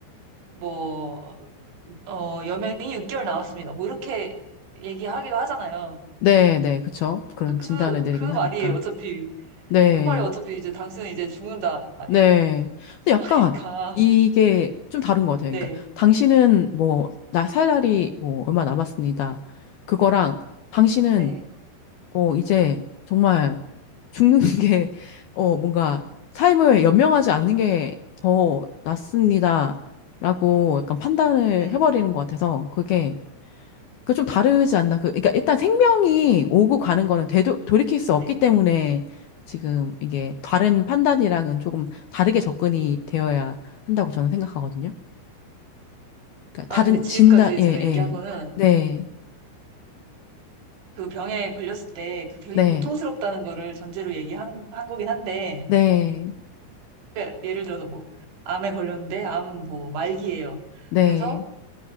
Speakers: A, on the right; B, on the left.
A: 뭐, 어, 여명이 6개월 나왔습니다. 뭐 이렇게 얘기하기도 하잖아요.
B: 네, 네, 그쵸. 그런
A: 그,
B: 진단을 내리기도
A: 그 말이
B: 하니까.
A: 어차피,
B: 네.
A: 그 말이 어차피 이제 당신은 이제 죽는다.
B: 네.
A: 이
B: 근데 약간
A: 말이니까.
B: 이게 좀 다른 것 같아요.
A: 네,
B: 그러니까 당신은 뭐, 나 살 날이 뭐 얼마 남았습니다. 그거랑 당신은
A: 네,
B: 어, 이제 정말 죽는 <laughs> 게 어, 뭔가 삶을 연명하지 않는 게 더 낫습니다. 라고 약간 판단을
A: 네,
B: 해버리는 것 같아서 그게 그 좀 다르지 않나? 그, 그러니까 일단 생명이 오고 가는 거는 되도, 돌이킬 수 없기
A: 네.
B: 때문에 지금 이게 다른 판단이랑은 조금 다르게 접근이 되어야 한다고 저는 생각하거든요. 그러니까
A: 아,
B: 다른
A: 근데 지금까지
B: 진단, 예,
A: 제가 얘기한
B: 예.
A: 거는
B: 네,
A: 그 병에 걸렸을 때 그 병이
B: 네,
A: 고통스럽다는 거를 전제로 얘기한 한 거긴 한데,
B: 네,
A: 그러니까 예를 들어서 뭐, 암에 걸렸는데, 암 뭐, 말기예요.
B: 네,
A: 그래서